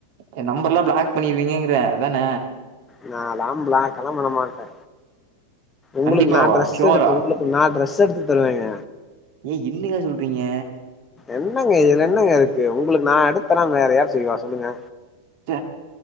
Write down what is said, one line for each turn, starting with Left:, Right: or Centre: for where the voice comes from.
Right: எ நம்பர்லா பிளாக் பண்ணிருவீங்கங்கிறே அதான
Left: நாலா பிளாக்கல்லா பண்ண மாட்டே உங்களுக்கு
Right: கண்டிப்பாவா?
Left: நா ட்ரெஸ்
Right: ஷூரா?
Left: எடுத்து உங்களுக் நா ட்ரெஸ் எடுத்து தருவேங்க
Right: ஏய் என்னங்க சொல்றீங்க
Left: என்னங்க இதுல என்னங்க இருக்கு உங்களுக்கு நா எடுத் தராம் வேற யாரு செய்வா சொல்லுங்க
Right: ச்ச